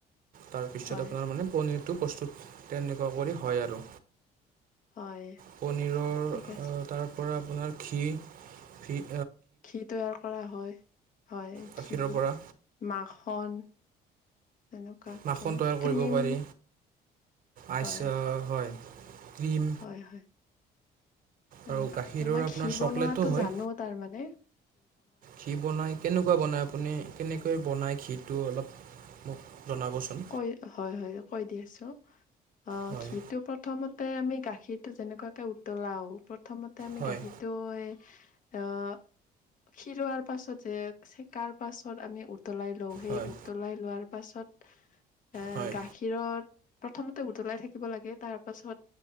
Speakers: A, on the right; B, on the left.
A: তাৰপিছত
B: হয়,
A: আপোনাৰ মানে পনীৰটো প্ৰস্তুত তেনেকুৱা কৰি হয় আৰু।
B: হয়।
A: পনীৰৰ
B: ঠিক আছে।
A: আহ তাৰ পৰা আপোনাৰ খিৰ।
B: ঘি তৈয়াৰ কৰা হয় হয় ঘি
A: গাখীৰৰ পৰা
B: মাখন। এনেকুৱাকে
A: মাখন তৈয়াৰ
B: ক্ৰীম
A: কৰিব পাৰি আইচ
B: হয়,
A: হয়। ক্ৰীম
B: হয় হয়। তেনেকুৱা
A: আৰু গাখীৰৰ
B: মই
A: আপোনাৰ
B: ঘি
A: চকলেটো
B: বনোৱাতটো
A: হয়
B: জানো তাৰ মানে
A: ঘি বনাই কেনেকুৱা বনাই আপুনি কেনেকে? তুমি বনাই ঘিটো অলপ মোক জনাবচোন
B: কৈ হয় হয় কৈ দি আছো অ
A: হয়
B: ঘিটো প্ৰথমত ততে আমি গাখীৰটো যেনেকুৱাকৈ উতলাওঁ প্ৰথমতে আমি
A: হয়
B: গাখীৰটো আহ খিৰোৱাৰ পাছত যে চেকাৰ পাছত আমি উত উতলাই লওঁ সেই
A: হয়
B: উতলাই লোৱাৰ পাছত এ
A: হয়
B: গাখীৰত প্ৰথমতে উতলাই থাকিব লাগে। তাৰ পাছত